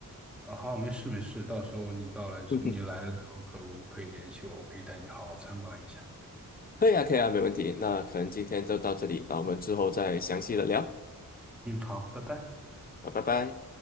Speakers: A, in the centre; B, on the left.
A: 啊，好，没事没事，到时候你到来之，
B: 嗯哼，
A: 你来了之后可我可以联系我，我可以带你好好参观一下。
B: 可以啊，可以啊，没问题。那可能今天就到这里，那我们之后再详细的聊。
A: 嗯，好，拜拜。
B: 好，拜拜。